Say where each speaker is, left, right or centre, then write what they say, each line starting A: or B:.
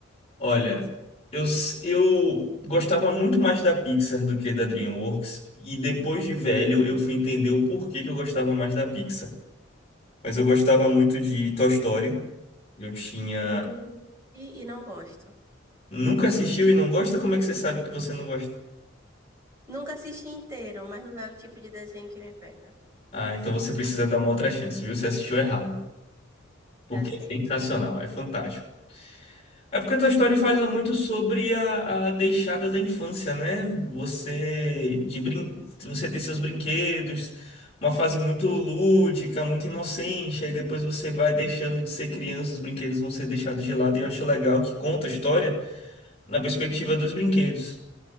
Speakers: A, on the left; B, on the right.
A: Olha, eu, s- eu gostava muito mais da Pixar do que da DreamWorks, e depois de velho eu fui entender o porquê que eu gostava mais da Pixar. Mas eu gostava muito de Toy Story. Eu tinha.
B: Nunca assisti e não gosto.
A: Nunca assistiu e não gosta? Como é que você sabe que você não gosta?
B: Nunca assisti inteiro, mas não é o tipo de desenho que me pega.
A: Ah, então você precisa dar uma outra chance, viu? Você assistiu errado. Porque
B: Tá certo.
A: é sensacional, é fantástico. É porque a tua história fala muito sobre a, a deixada da infância, né? Você de brin... você ter seus brinquedos, uma fase muito lúdica, muito inocente, aí depois você vai deixando de ser criança, os brinquedos vão ser deixados de lado, e eu acho legal que conta a história na perspectiva dos brinquedos.